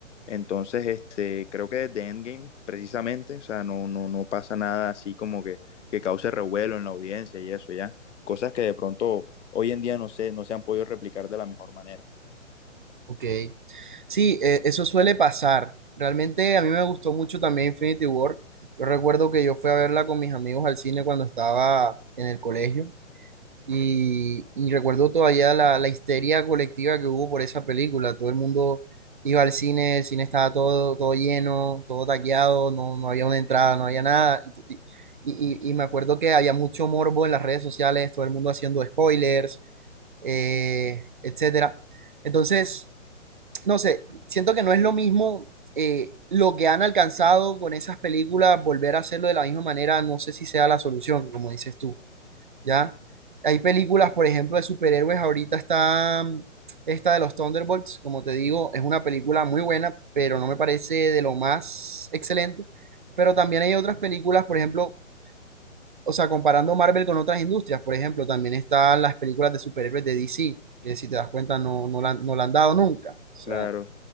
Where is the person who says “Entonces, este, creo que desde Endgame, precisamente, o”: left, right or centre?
Left